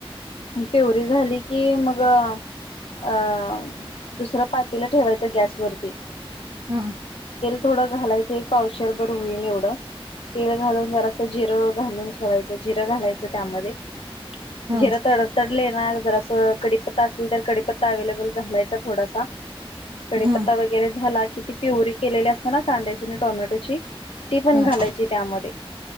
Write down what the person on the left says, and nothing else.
पिवरी झाली की मग अ दुसरं पात तिल ठेवायचं गॅस वरती
थोडा घालायचे एक पावशेर बर होईल एवढं तेल घालून जरासं जिरं घालून ठेवायचं जिरं घालायचं त्यामध्ये
जिरा तडतडले ना जरासं कढीपत्ता असेल तर कढीपत्त अवेलेबल घालायचा थोडासा कढीपत्ता
वगैरे झाला की, ती पिवरी केलेले असत न कांद्याची आणि टोमॅटोची ती पण
घालायची त्यामध्ये